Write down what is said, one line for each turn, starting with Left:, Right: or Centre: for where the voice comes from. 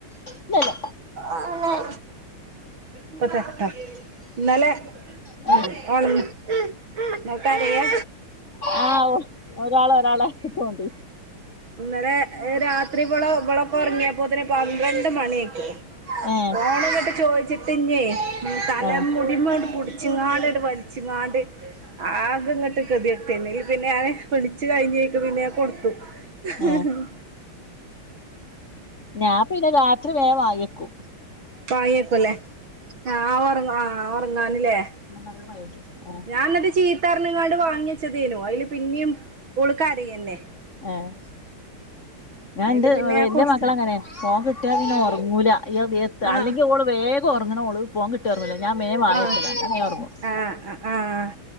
Left: ഇല്ലല്ല
Right: ആഹ് ഇപ്പത്തരാട്ടോ ഇന്നലെ
Left: ഉ <inaudible>
Right: ഉം ഉറങ്ങ് ക കരയാ
Left: ആഹ് ഒ ഒരാൾ ഒരാളെ എടുത്തോണ്ടി
Right: ഇന്നലെ രാത്രി വളൊ ഇവളൊക്കൊർങ്ങ്യേപ്പോത്തിന് പന്ത്രണ്ട് മണ്യായികി.
Left: ഏഹ്
Right: ഫോണ്ങ്ങട്ട് ചോയ്ച്ച്ട്ട്ഞ്ഞേ ഉം തല
Left: ആഹ്
Right: മുടി മങ്ങട്ട് പുട്ച്ച് ച്ച്ങ്ങാണ്ട് ങ്ങട് വലിച്ച്ങ്ങാണ്ട് ആകെങ്ങട്ട് കത്യെട്ക്കെനി അയ്ല് പിന്നെ ഞാന് വിളിച്ച് കഴിഞ്ഞേക്ക് പിന്നെ ഞാൻ കൊട്ത്തു. ഉം
Left: ആഹ് ഞാം പിന്നെ രാത്രി വേം വാങ്ങ്യെക്കും.
Right: വാങ്ങ്യെക്കുല്ലേ ആഹ് ആഹ് ഒർങ്ങ ആഹ് ഓർങ്ങാന്ല്ലേ.
Left: ആഹ്
Right: ആഹ് ന്നട്ട് ചീ ത്തർഞ്ഞ്ങ്ങാണ്ട് വാങ്ങ്യച്ചതേനു അയ്‌ല് പിന്നിം ഓള് കരയെന്നെ.
Left: ആഹ് ഞാൻ
Right: അതില്
Left: ന്റെ
Right: പിന്നെ
Left: വെല്ല്യെ
Right: ഞാൻ കൊടുത്ത്
Left: മകളങ്ങനെ ഫോൺ കിട്ട്യാ പിന്നെ
Right: ആഹ്
Left: ഒർങ്ങൂല ഏത് എ ത്താ
Right: ആഹ്
Left: അല്ലെങ്കി ഓള് വേഗൊർങ്ങ്ണോള് ഫോൺ കിട്ട്യാ ഓർങ്ങൂല്ല. ഞാൻ മേം വാങ്ങ്യക്കല
Right: ആഹ്
Left: എന്ന വേം ഒർങ്ങും.
Right: ആഹ് ആഹ് ആഹ്